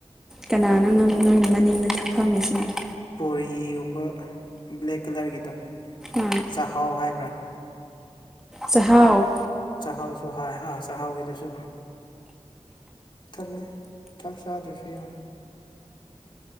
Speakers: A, in the centre; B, on the left.
A: ꯀꯅꯥꯅꯣ ꯅꯪ ꯅꯣꯏ ꯃꯅꯤꯡꯗ ꯐꯝꯃꯤꯁꯤꯅ
B: ꯄꯨꯔꯤꯒꯨꯝꯕ ꯕ꯭ꯂꯦꯛ ꯀꯂꯔꯒꯤꯗꯣ
A: ꯑꯥ
B: ꯆꯥꯛꯍꯥꯎ ꯍꯥꯏꯕ꯭ꯔꯥ
A: ꯆꯍꯥꯎ
B: ꯆꯥꯛꯍꯥꯎꯁꯨ ꯍꯥꯏ ꯑ ꯆꯍꯥꯎꯒꯤꯗꯨꯁꯨ ꯄꯨꯛ ꯊꯜꯂꯦ ꯆꯥꯛ ꯆꯥꯗꯔ꯭ꯁꯨ ꯌꯥꯔꯦ